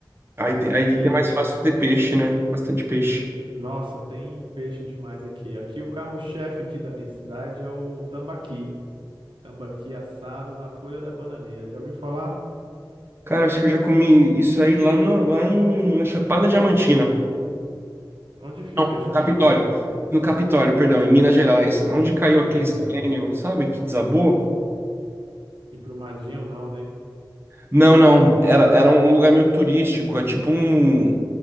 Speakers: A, on the right; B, on the right.
A: Aí
B: Aqui,
A: tem, aí tem mais fácil de ter peixe, né? Bastante peixe.
B: nossa, tem peixe demais aqui. Aqui o carro-chefe aqui da minha cidade é o tambaqui. Tambaqui assado na folha da bananeira. Já ouviu falar?
A: Cara, acho que eu já comi isso aí lá, no, lá em, na Chapada Diamantina.
B: Onde fica
A: Não,
B: a Chapada
A: Capitólio,
B: Diamantina?
A: No Capitólio, perdão, em Minas Gerais. Onde caiu
B: Minas
A: aqueles
B: Gerais.
A: canyon, sabe? Que desabou?
B: Em Brumadinho, não, né?
A: Não, não. Era, era um lugar meio turístico. É tipo um,